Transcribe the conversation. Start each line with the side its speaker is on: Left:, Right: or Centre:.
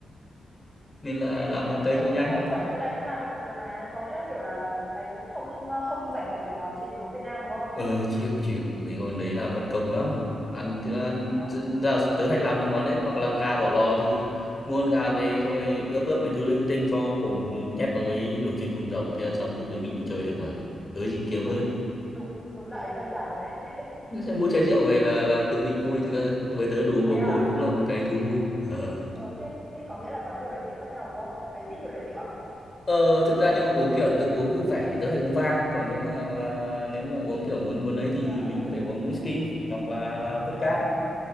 Left: <laughs> nên là
Centre: thế là
Left: làm
Centre: nhưng
Left: món
Centre: mà
Left: Tây
Centre: kiểu
Left: cho nhanh
Centre: ở ngoài chợ người ta cũng làm hộ rồi mà có nghĩa là kiểu là ấy cũng không không dành mấy cái món chỉ mấy món Việt Nam đúng không
Left: Ờ chịu chịu mấy món đấy là mất công lắm ăn thức ăn
Centre: thế á
Left: chứ ra tớ hay làm mấy món đấy hoặc là gà bỏ lò thì mua con gà về xong rồi ướp ướp mấy thứ linh tinh cho khổng nhét vào cái nồi chiên không dầu thế là xong lúc đấy mình
Centre: thế,
Left: đi chơi được mà tớ gì kiếm
Centre: ừ,
Left: ơn
Centre: đúng đúng là ấy đơn giản thật đấy <laughs>
Left: Thế Thế mua chai rượu về là là tự mình vui thực ra với tớ đồ uống có
Centre: thế à
Left: cồn cũng là một cái thú vui ờ.
Centre: ờ thế thế có nghĩa là có nhiều loại rượu khác nhau đúng không ấy biết nhiều loại rượu à
Left: Ờ, thực ra nếu mà uống kiểu tự uống vui vẻ thì tớ hay uống vang còn nếu mà mà nếu mà uống kiểu muốn muốn ấy thì
Centre: thế á
Left: mình có thể uống whisky hoặc là là vodka